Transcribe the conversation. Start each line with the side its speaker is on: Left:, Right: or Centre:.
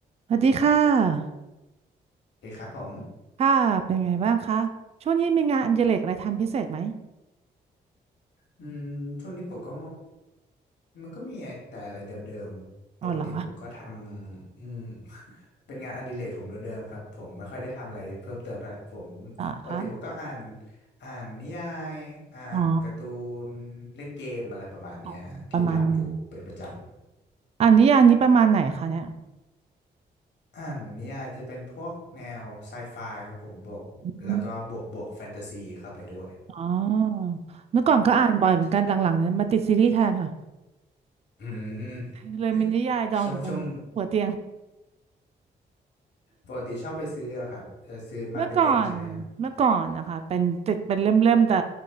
Right: สวัสดีค่ะ
Left: เดีครับผม
Right: ค่ะ เป็นไงบ้างคะช่วงนี้มีงานอดิเรกอะไรทำพิเศษไหม
Left: อืมช่วงนี้ผมก็มันก็มีแต่อะไรเดิมๆ
Right: อ๋อเหรอ
Left: ปกติผมก็ทำอืม <laughs> เป็นงานอดิเรกผมเดิมๆครับ ผมไม่ค่อยได้ทำอะไรเพิ่มเติมเท่าไหร่ผม
Right: เหรอคะ
Left: ปกติผมก็อ่านอ่านนิยายอ่านการ์ตูนเล่นเกมอะไรประมาณเนี้ยฮะที่ทำอยู่เป็นประจำ
Right: อ๋ออ๋อประมาณนึงอันนี้อันนี้ประมาณไหนคะเนี่ย
Left: อ่านนิยายจะเป็นพวกแนวไซไฟครับผมบวกแล้วก็บวกบวกแฟนตาซีเข้าไปด้วย
Right: อมอ๋อเมื่อก่อนก็อ่านบ่อยเหมือนกันหลังๆเนี่ยมาติดซีรีส์แทนค่ะ
Left: ใช่ อืม
Right: <laughs> เลยมีนิยายดองอยู่บนหัวเตียง
Left: ช่วงช่วง ปกติชอบไปซื้อเหรอครับเออซื้อมาเป็นเล่มใช่ไหมฮะ
Right: เมื่อก่อน เมื่อก่อนนะคะเป็นติดเป็นเล่มๆแต่